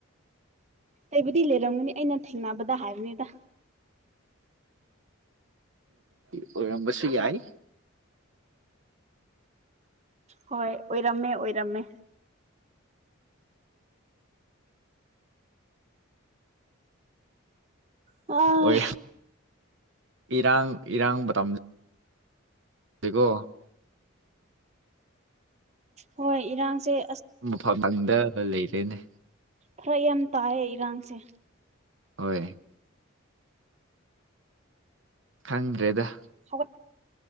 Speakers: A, on the right (about 30°); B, on the right (about 60°).
A: ꯑꯩꯕꯨꯗꯤ ꯂꯩꯔꯝꯒꯅꯤ ꯑꯩꯅ ꯊꯦꯡꯅꯕꯗ ꯍꯥꯏꯕꯅꯤꯗ
B: ꯊꯝꯁꯨ ꯌꯥꯏ
A: ꯍꯣꯏ ꯑꯣꯏꯔꯝꯃꯦ ꯑꯣꯏꯔꯝꯃꯦ ꯑ
B: ꯑꯣꯏ ꯏꯔꯥꯡ ꯏꯔꯥꯡ ꯃꯇꯝ ꯁꯤꯀꯣ
A: ꯍꯣꯏ ꯏꯔꯥꯡꯁꯦ
B: ꯃꯐꯝ ꯈꯪꯗ ꯂꯩꯔꯦꯅꯦ
A: ꯈꯔ ꯌꯥꯝ ꯇꯥꯏꯌꯦ ꯏꯔꯥꯡꯁꯦ
B: ꯍꯣꯏ ꯈꯪꯗ꯭ꯔꯦꯗ
A: ꯍ